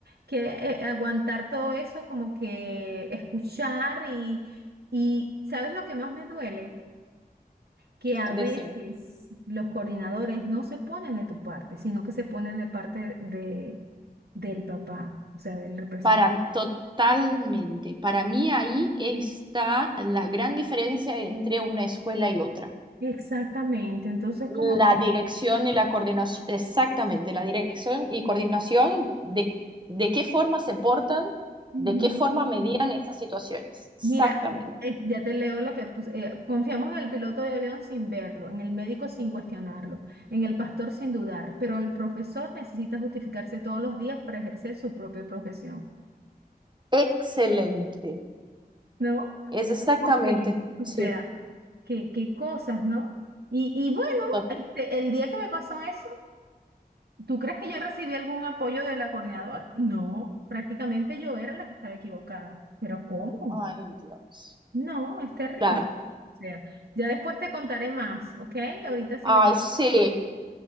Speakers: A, on the right; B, on the right.
A: que eh, aguantar todo eso, como que escuchar y, y ¿sabes lo que más me duele? que
B: que,
A: a
B: decime.
A: veces los coordinadores no se ponen de tu parte, sino que se ponen de parte de, del papá, o sea, del representante.
B: Para, totalmente. Para mí ahí está la gran diferencia entre una escuela y otra.
A: Exactamente, entonces
B: La
A: como que,
B: dirección y la coordinación, exactamente, la dirección y coordinación de, de qué forma se portan,
A: ujú.
B: de qué forma medían esas situaciones. Exactamente.
A: mira, eh, ya te leo lo que puse, eh, confiamos en el piloto de avión sin verlo, en el médico sin cuestionarlo, en el pastor sin dudar, pero el profesor necesita justificarse todos los días para ejercer su propia profesión,
B: Excelente.
A: ¿no?
B: Es exactamente.
A: Porque, o
B: Sí.
A: sea, Qué, qué cosas, ¿no? Y, y bueno,
B: Tot-
A: este, el día que me pasó eso, ¿tú crees que yo recibí algún apoyo de la coordinadora? No, prácticamente yo era la que estaba equivocada. ¿Pero cómo?
B: Ay, Dios.
A: No, es terrible.
B: Claro.
A: O sea, ya después te contaré más, ¿ok? Ahorita sí
B: Ay,
A: me...
B: sí.